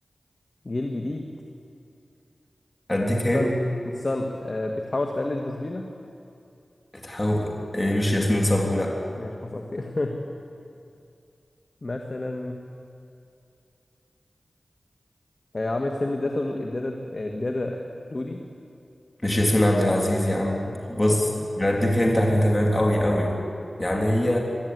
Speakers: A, on the left; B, on the left.
A: جيل جديد
B: اديك
A: استنى
B: هند
A: استنى آه بتحاول تقلد جورجينا
B: تحاول إيه، مش ياسمين صبري لا
A: ماشي حصل خير <laughs> مثلا آه عملت فيلم الدادا دو... الدادا آه، الدادا دودي
B: <laughs> مش ياسمين عبد العزيز يا عم
A: ماشي
B: بص
A: حصل خير
B: انا اديك هنت عشان انت بعيد قوي قوي يعني هي